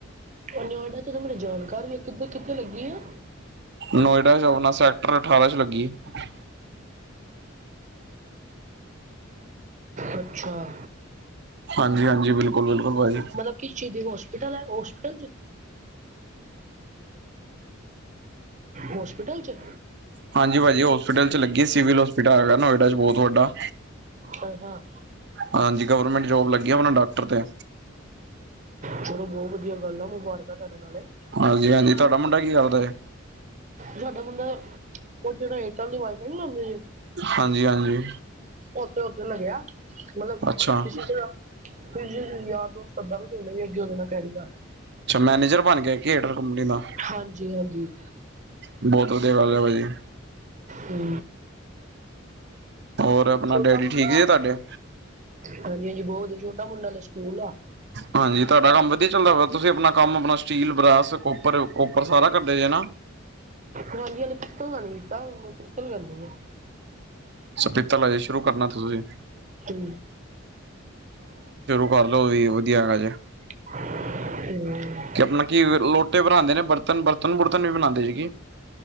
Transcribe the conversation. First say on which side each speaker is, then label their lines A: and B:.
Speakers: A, on the right; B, on the right.
A: ਨੋਇਡਾ ਚ ਤ ਮੇਰਾ ਜਾਣਕਾਰ ਵੀ ਆ, ਕਿੱਦਾਂ ਕਿੱਥੇ ਲੱਗੀ ਆ।
B: ਨੋਇਡਾ ਚ ਆਪਣਾ ਸੈਕਟਰ ਅਠਾਰਾਂ ਚ ਲੱਗੀ ਐ।
A: ਅੱਛਾ।
B: ਹਾਂਜੀ- ਹਾਂਜੀ ਬਿਲਕੁਲ। ਬ ਬਿਲਕੁਲ ਭਾਜੀ।
A: ਮਤਲਬ ਕਿਸ ਚੀਜ਼ ਦੀ ਹੋਸਪਿਟਲ ਹੈ ਹੋਸਪਿਟਲ ਚ। ਹੋਸਪਿਟਲ ਚ।
B: ਹਾਂਜੀ ਭਾਅਜੀ ਹੋਸਪਿਟਲ ਚ ਲੱਗੀ, ਸਿਵਲ ਹੋਸਪਿਟਲ ਹੈਗਾ ਨੋਇਡਾ ਚ ਬਹੁਤ ਵੱਡਾ।
A: ਆਏ ਹਾਂ।
B: ਹਾਂਜੀ ਗਵਰਮੈਂਟ ਜੋਬ ਲੱਗੀ ਹੈ, ਆਪਣਾ ਡਾਕਟਰ ਤੇ।
A: ਚਲੋ ਬਹੁਤ ਵਧੀਆ ਗੱਲ ਆ, ਮੁਬਾਰਕਾਂ ਤੁਹਾਡੇ ਨਾਲੇ।
B: ਹਾਂਜੀ -ਹਾਂਜੀ ਤੁਹਾਡਾ ਮੁੰਡਾ ਕੀ ਕਰਦਾ ਐ।
A: ਸਾਡਾ ਮੁਡਾ ਉਹ ਜਿਹੜਾ ਏਅਟੈਲ ਦੀ ਵਾਈਫਾਈ ਨੀ ਲਾਦੇ ਜੇ।
B: ਹਾਂਜੀ-ਹਾਂਜੀ।
A: ਉੱਥੇ-ਉੱਥੇ ਲੱਗਿਆ, ਮਤਲਬ
B: ਅੱਛਾ-ਅੱਛਾ
A: ਤੁਸੀਂ ਤੁਸੀ ਯਾਰ ਦੋਸਤ <unintelligible> ਅ਼ਉਹਦੇ ਨਾਲ ਕਹਿ ਕ
B: ਮੈਨੇਜਰ ਬਣ ਗਿਆ ਕੇਟਰ ਕੰਪਨੀ ਦਾ।
A: ਹਾਂਜੀ- ਹਾਂਜੀ।
B: ਬਹੁਤ ਵਧੀਆ ਗੱਲ ਹੈ ਭਾਜੀ।
A: ਹੂੰ।
B: ਹੋਰ ਆਪਣਾ
A: ਛੋਟਾ
B: ਡੈਡੀ
A: ਮੁੰਡਾ
B: ਠੀਕ ਜਹ ਤੁਹਾਡੇ?
A: ਹਾਂਜੀ- ਹਾਂਜੀ ਬਹੁਤ ਵਧਿਆ ਛੋਟਾ ਮੁੰਡਾ ਤਾਂ ਸਕੂਲ ਆ।
B: ਹਾਂਜੀ ਤੁਹਾਡਾ ਕੰਮ ਵਧੀਆ ਚੱਲਦਾ ਵਾ ਤੁਸੀਂ ਆਪਣਾ ਕੰਮ ਆਪਣਾ ਸਟੀਲ, ਬਰਾਸ ਕੋਪਰ, ਕੋਪਰ ਸਾਰਾ ਕਰਦੇ ਜੇ ਨਾ।
A: ਹਾਂਜੀ ਹਜੇ ਪਿੱਤਲ ਦਾ ਨੀ ਕੀਤਾ ਪਿੱਤਲ ਕਰਨੀ ਆ।
B: ਅੱਛਾ ਪੀਤਲ ਹਜੇ ਸ਼ੁਰੂ ਕਰਨਾ ਤੁਸੀਂ।
A: ਹੂੰ
B: ਕਰਲਓ ਵੀ ਵਧੀਆ ਰਹਿਣਾ ਜੇ।
A: ਹਾ
B: ਕਿ ਆਪਣਾ ਕੀ ਲੋਟੇ ਬਣਾਉਂਦੇ ਨੇ ਬਰਤਨ, ਬਰਤਨ-ਬੁਰਤਨ ਵੀ ਬਣਾਉਂਦੇ ਸੀ ਕੀ।